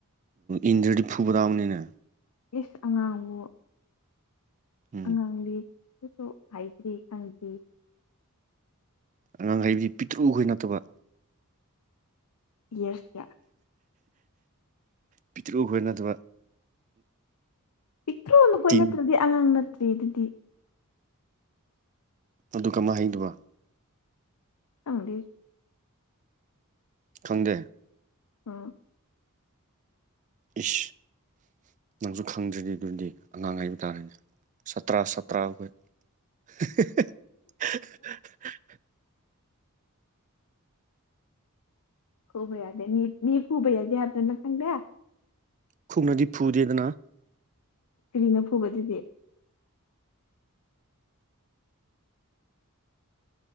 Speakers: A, on the right; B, on the left.
A: ꯏꯟꯗ꯭ꯔꯗꯤ ꯐꯨꯕ ꯗꯥꯕꯅꯤꯅ
B: ꯌꯦ ꯑꯉꯥꯡꯕꯨ
A: ꯎꯝ
B: ꯑꯉꯥꯡꯗꯤ ꯀꯁꯨ ꯍꯥꯏꯗ꯭ꯔꯤ ꯈꯪꯗ꯭ꯔꯤ
A: ꯑꯉꯥꯡ ꯍꯥꯢꯗꯤ ꯄꯤꯛꯇ꯭ꯔꯨꯈꯣꯏ ꯅꯠꯇꯕ
B: ꯌꯦꯁ ꯀꯌꯥ
A: ꯄꯤꯇ꯭ꯔꯨꯈꯣꯏ ꯅꯠꯇꯕ
B: ꯄꯤꯛꯇ꯭ꯔꯣ ꯅꯈꯣꯏ
A: ꯇꯤꯟ
B: ꯅꯠꯇ꯭ꯔꯗꯤ ꯑꯉꯥꯡ ꯅꯠꯇ꯭ꯔꯥ ꯑꯗꯨꯗꯤ
A: ꯑꯗꯨ ꯀꯃꯥꯏ ꯍꯥꯏꯗꯧꯕ
B: ꯑꯪꯗꯤ
A: ꯈꯪꯗꯦ
B: ꯎꯝ
A: ꯏꯤꯁ ꯅꯪꯁꯨ ꯈꯪꯗ꯭ꯔꯤꯗꯤ ꯑꯗꯨꯗꯤ ꯑꯉꯥꯡ ꯍꯥꯏꯕ ꯇꯥꯔꯦꯅꯦ ꯆꯇ꯭ꯔꯥ ꯁꯥꯠꯇ꯭ꯔꯥ ꯑꯩꯈꯣꯏ <unintelligible>
B: ꯈꯨꯕꯩꯗꯦ ꯃꯤ ꯈꯨꯕꯩꯗꯤꯦ ꯍꯥꯖꯅ ꯈꯪꯗꯦ
A: ꯈꯨꯠꯅꯗꯤ ꯐꯨꯗꯦꯗꯅ
B: ꯀꯔꯤꯅ ꯐꯨꯕ ꯑꯗꯨꯗꯤ